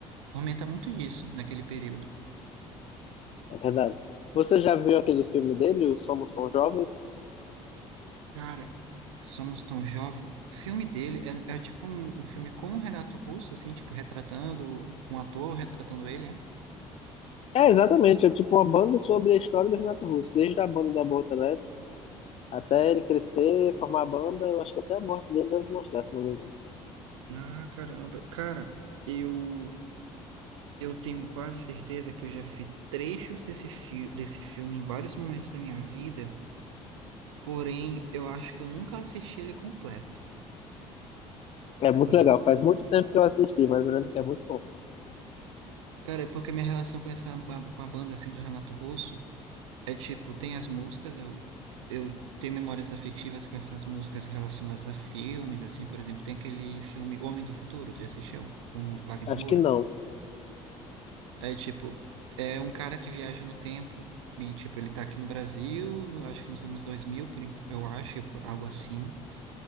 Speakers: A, on the right (about 85°); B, on the left (about 40°).
A: Fomenta muito isso naquele período.
B: é verdade. Você já viu aquele filme dele, o Somos Tão Jovens?
A: Cara, Somos Tão Jovens. O filme dele é, é tipo um, um filme com o Renato Russo, assim, tipo, retratando um ator, retratando ele, é?
B: É, exatamente. É tipo uma banda sobre a história do Renato Russo, desde a banda da Boca Elétrica até ele crescer, formar a banda. Eu acho que até a morte dele deve mostrar, se não me engano.
A: Ah, caramba. Cara, eu eu tenho quase certeza que eu já vi trechos desse, fi desse filme em vários momentos da minha vida, porém, eu acho que eu nunca assisti ele completo.
B: É muito
A: Eu
B: legal. Faz muito tempo que eu assisti, mas eu lembro que é muito bom.
A: Cara, é porque a minha relação com essa ba- com a banda assim do Renato Russo é tipo, tem as músicas, eu eu tenho memórias afetivas com essas músicas relacionadas a filmes, assim, por exemplo, tem aquele filme Homem do Futuro, tu já assistiu? Com o Wagner
B: Acho
A: Moura.
B: que não.
A: É tipo, é um cara que viaja no tempo e tipo, ele tá aqui no Brasil, no- acho que nos anos 2000 por, en- eu acho, algo assim.